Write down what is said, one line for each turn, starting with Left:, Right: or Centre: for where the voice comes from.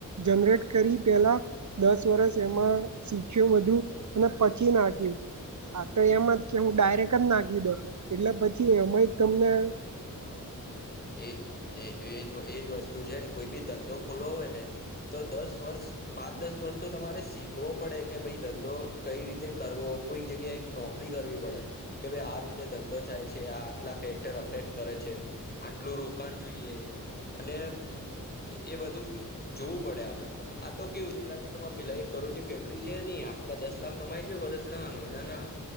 Right: જનરેટ કરી પેલા દસ વર્ષ એમાં શીખ્યો બધું અને પછી નાખ્યું હા તો એમાં જ કે હું ડાયરેક્ટ જ નાખી દવ એટલે પછી એમાં તમને હ
Left: એ એ એજ એજ વસ્તુ છે ને કોઈ બી ધંધો ખોલવો હોય ને તો દસ વર્ષ પાંચ દસ વર્ષ તો તમારે શીખવો પડે કે ભાઈ ધં તો કઈ રીતે કરવો કોઈક જગ્યાએ નોકરી કરવી પડે કે ભાઈ આ રીતે ધંધો થાય છે આટલા ફે્ટર અફેક્ટ કરે છે આટલું રોકાણ જોઈએ અને એ બધું જોવું પડે આપડે આ તો કેવું દેખા દે કેમાં પેલા એક કરોડ ની ફેક્ટરી છે ની આટલા દસ લાખ કમાય છે વરસ ના મહિના ના